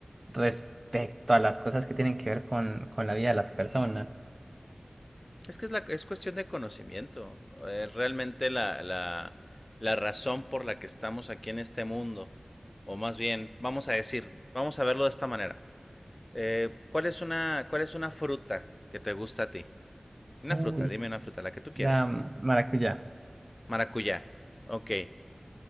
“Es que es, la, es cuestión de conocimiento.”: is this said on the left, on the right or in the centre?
Left